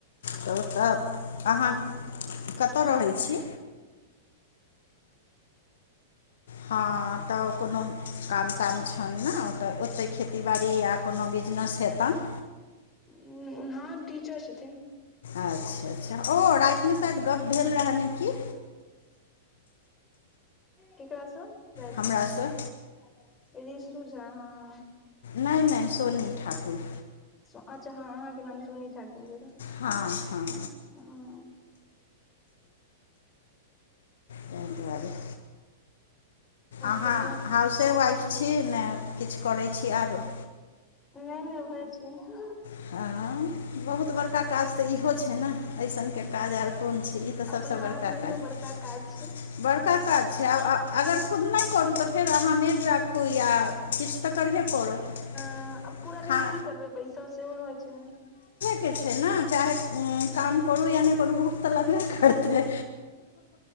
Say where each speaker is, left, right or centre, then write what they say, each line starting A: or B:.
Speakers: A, on the left; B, on the left.
A: त ओतऽ अहाँ कतऽ रहै छी? हां तब कोनो काम ताम छैन न ओऽ ओते खेती बाड़ी आ कोनो बिजनेस हेतैन
B: उम्म हां। हां टीचर छथिन।
A: अच्छा-अच्छा ओ राएत मे शायद गप्प भेल रहै नै की
B: केकरा से राएत
A: हमरासँ
B: उम्म ऋषु झा हां।
A: नै-नै सोनी ठाकुर।
B: सो अच्छा हां अहाँके नाम सोनी ठाकुर भेल।
A: हां-हां।
B: हां।
A: तै दुआरें अहाँ
B: कहियौ
A: हाउसे वाइफ छी नै किछ करै छी आरो
B: नै-नै वैह छीयै।
A: ए हां बहुत बड़का काज तै इहो छै नै? अइसन के काज आर कोन छी ई तऽ
B: अपना
A: सबसे बड़का
B: आपमे इहो
A: काज
B: बड़का छै
A: बड़का काज छै और अ अगर खुद नै करू तऽ फेर अहाँ मेड राखू यै किछ तऽ करहिए पड़त
B: ए आब पूरा दिन
A: खा
B: की करबै बैसल सेहो रहै छै नै।
A: के छै न चाहे उम्म काम करू या नै करू भूख तऽ लगबे करते